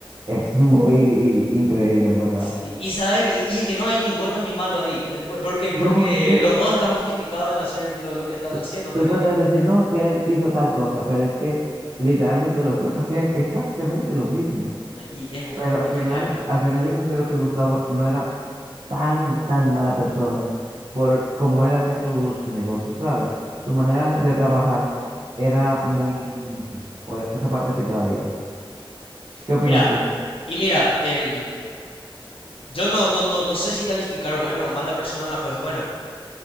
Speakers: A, on the right (about 55°); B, on the left (about 80°).
A: es muy increíble, en verdad.
B: Sí, y sabes que, y es que no hay ni bueno ni malo ahí, eh, po- porque,
A: No,
B: porque
A: es que
B: los dos están justificados en hacer lo, lo que están
A: tú,
B: haciendo
A: tú
B: prácticamente,
A: podrías decir, no, que él hizo tal cosa, pero es que literalmente los dos hacían exactamente lo mismo.
B: ¿no? y es un-
A: Pero
B: una
A: al final,
B: genialidad.
A: al final yo considero que Gustavo no era tan, tan mala persona por cómo él hacía sus negocios, ¿sabes? Su manera de trabajar era muy... limpia. Por esa parte sí te la digo. ¿Qué opinas
B: Mira,
A: tú?
B: y mira, em, yo no, no, no, no sé si calificar buena o mala persona, no, pues bueno,